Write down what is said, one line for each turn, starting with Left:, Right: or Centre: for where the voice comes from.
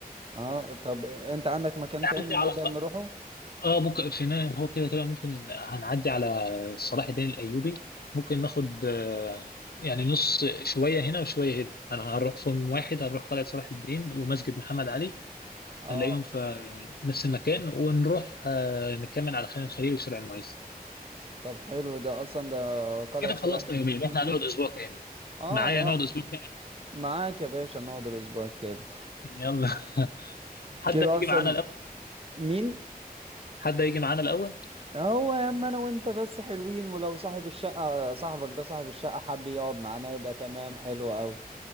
Right: اه طب انت عندك مكان
Left: نعدي
Right: تاني نقدر
Left: على
Right: نروحه
Left: اه ممكن في النهاية هو كده كده ممكن هنعدي على صلاح الدين الايوبي ممكن ناخد آه، يعني نص شويه هنا وشويه هنا انا هنروح في يوم واحد هنروح قلعه صلاح الدين ومسجد محمد علي
Right: اه
Left: هنلاقيهم في نفس المكان ونروح آه، نكمل على خان الخليل وشارع المعز
Right: طب حلو ده اصلا ده قلعة
Left: كده
Right: صلاح
Left: خلصنا
Right: الدين
Left: يومين احنا
Right: دي
Left: هنقعد اسبوع كامل
Right: اه
Left: معايا نقعد
Right: اه
Left: اسبوع كامل
Right: معاك يا باشا نقعد الاسبوع الكامل
Left: يلا <laughs> حد
Right: كده
Left: هيجي
Right: اصلا
Left: معانا الاول
Right: مين
Left: حد هيجي معانا الاول
Right: هو يا عم انا وانت بس حلوين ولو صاحب الشقة صاحبك ده صاحب الشقة حب يقعد معانا يبقى تمام حلو قوي